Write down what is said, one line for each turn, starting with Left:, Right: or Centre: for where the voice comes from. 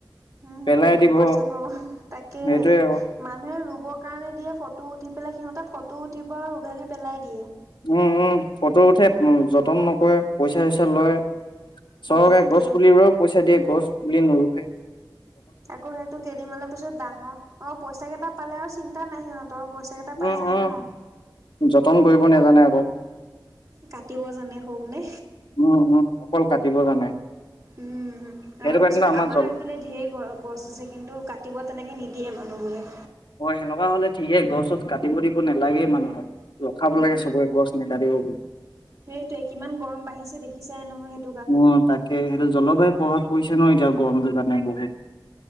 Right: হুম হুম
Left: পেলাই দিব
Right: পচাই পাৱ তাকে।
Left: সেইটোৱে ক
Right: মানুহে ৰুবৰ কাৰণে দিয়ে ফটো উঠি পেলাই সিহঁতে ফটো উঠিব আৰু উঘালি পেলাই দিয়ে।
Left: উমঁ উমঁ ফটো উঠে উমঁ যতন নকৰে পইচা চইচা লয়। চৰকাৰে
Right: সেইটোৱে
Left: গছ পুলিবোৰেও পইচা দিয়ে গছ পুলি নৰুৱে।
Right: আকৌ সেইটো কেইদিনৰ পিছত ডাঙৰ অঁ পইচা কেইটা পালে আৰু চিন্তা নাই সিহঁতৰ। পইচা কেইটা পাই
Left: উমঁ
Right: যায়
Left: উমঁ
Right: ন
Left: যতন কৰিব নেজানে আকৌ।
Right: কাটিব জানে হ'বনে।
Left: উমঁ উমঁ অকল কাটিব জানে।
Right: উমঁ
Left: সেইটো
Right: আমাৰ পিছ
Left: কাৰণে
Right: এইফালে
Left: জল
Right: ঢেৰ গছ- গছ আছে কিন্তু কাটিব তেনেকে নিদিয়ে মানুহবোৰে।
Left: অঁ সেনেকুৱা হলে ঠিকেইে গছ- চজ কাটিব দিব নালাগে মানুহক ৰখাব
Right: উম
Left: লাগে চবৰে গছ। নেকাটিৱ বুলি।
Right: সেইটোৱে কিমান গৰম বাঢ়িছে দেখিছাই নহয় সেইট-
Left: অঁ তাকে সেইটো জলবায়ু প্ৰভাৱ পৰিছে ন এতিয়া গৰমটোত। জানে বহু